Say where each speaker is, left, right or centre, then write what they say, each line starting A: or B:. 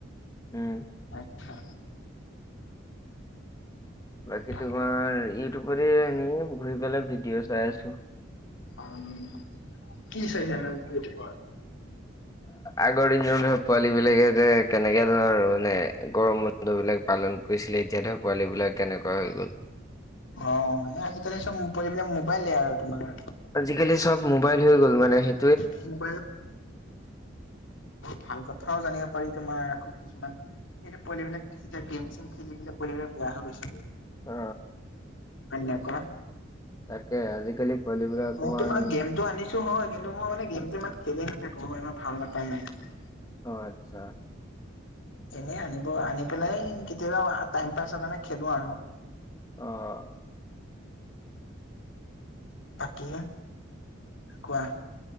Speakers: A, on the left (about 15°); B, on the left (about 75°).
A: উম
B: আচ্ছা।
A: বাকী
B: তাকে
A: তোমাৰ ইউটিউবতে এনে ঘুৰি পেলাই ভিডিঅ চাই আছোঁ।
B: আম, কি চাইছানো ইউটিউবত?
A: আগৰ দিনৰ ধৰ পোৱালিবিলাকে যে কেনেকে ধৰ মানে গৰমত দ বিলাক পালন কৰিছিলে এতিয়া ধৰা পোৱালিবিলাক কেনেকোৱা হৈ গ'ল।
B: অ আজিকালি চব পোৱালিবিলাক মোবাইলে আৰু তোমাৰ।
A: আজিকালি চব মোবাইল হৈ গ'ল মানে সেই
B: <inaudible> ভাল কথাও জানিব পাৰি তোমাৰ আকৌ কিছুমান এতিয়াটো পোৱালি বিলাক এতিয়া গেম-চেম খেলি পেলাই পোৱালি বিলাক বেয়া হয় গৈছে।
A: অ।
B: হৈ নাই কোৱা?
A: তাকে আজিকালি পোৱালিবিলাক অকমান
B: মই তোমাৰ গেমটো আনিছো হয় কিন্তু মই মানে গেমটো ইমান খেলি নাথাকো মই ইমান ভাল নাপাও মানে।
A: অ আচ্ছা।
B: এনেই আনিব আনি পেলাই কেতিয়াবা টাইম পাছৰ কাৰণে খেলো আৰু।
A: অ অ
B: বাকী কোৱা?